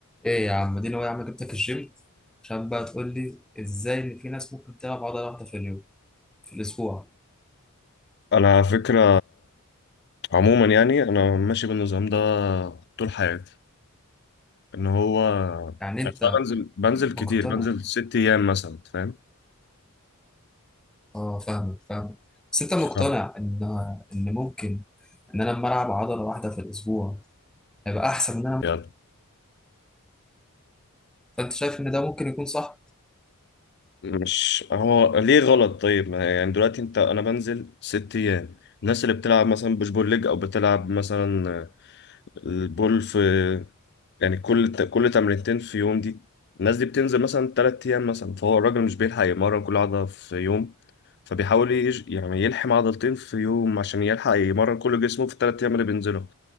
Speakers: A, in the centre; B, on the left.
A: ايه يا عم دي هو يا عم جبتك الجيم عشان بقى تقول لي ازاي ان في ناس ممكن تلعب عضله واحده في اليوم في الاسبوع
B: انا على فكره عموما يعني انا ماشي بالنظام ده طول حياتي ان هو
A: يعني انت
B: يعني أنا بنزل بنزل
A: مقتنع
B: كتير بنزل ست ايام مثلا فاهم
A: اه فاهمك فاهمك بس انت مقتنع
B: ف-
A: ان ان ممكن ان انا لما العب عضله واحده في الاسبوع هيبقى احسن من انا
B: يلا
A: فانت شايف ان ده ممكن يكون صح
B: مش هو ليه غلط طيب ما يعني دلوقتي انت انا بنزل ست ايام الناس اللي بتلعب مثلا بوش بول ليج او بتلعب مثلا البول في يعني كل كل تمرينتين في يوم دي الناس دي بتنزل مثلا تلات أيام مثلا فهو الراجل مش بيلحق يمرن كل عضلة في يوم فبيحاول يج... يعني يلحم عضلتين في يوم عشان يلحق يمرن كل جسمه في التلات أيام اللي بينزلهم